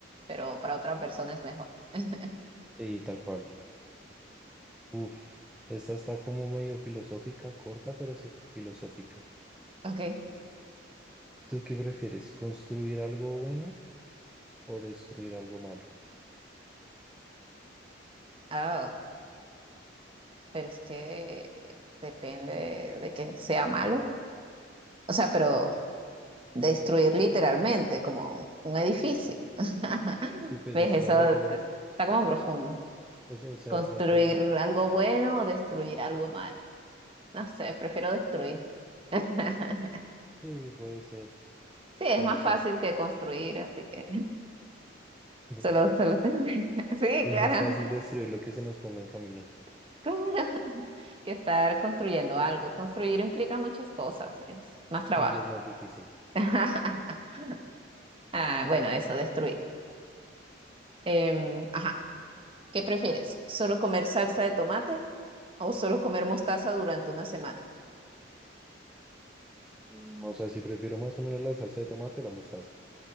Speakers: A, on the right (about 30°); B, in the centre.
A: pero para otra persona es mejor. <laughs>
B: Y tal cual. Uf, esta está como medio filosófica, corta, pero sí, filosófica.
A: Ok,
B: ¿Tú qué prefieres, construir algo bueno o destruir algo malo?
A: ah, pero es que depende de que sea malo. O sea, pero destruir literalmente como un edificio. <laughs>
B: Sí, pues
A: ¿Ves?
B: así
A: Eso
B: lo veo yo.
A: es- está como profundo.
B: O sea, o sea,
A: Construir
B: de pronto,
A: algo bueno o destruir algo malo. No sé, prefiero destruir. <laughs>
B: sí, puede ser,
A: Sí, es
B: puede
A: más
B: ser.
A: fácil que construir, así que
B: <laughs>
A: solo, solo tengo- <laughs> Sí,
B: Es
A: claro,
B: más fácil destruir lo que se nos ponga en camino
A: <laughs> claro, que estar construyendo algo. Construir implica muchas cosas, es más trabajo.
B: y es más difícil.
A: <laughs> Ah, bueno, eso, destruir. Em, ajá, ¿qué prefieres? ¿Solo comer salsa de tomate o solo comer mostaza durante una semana?
B: Mm, O sea, si prefiero más o menos la salsa de tomate o la mostaza.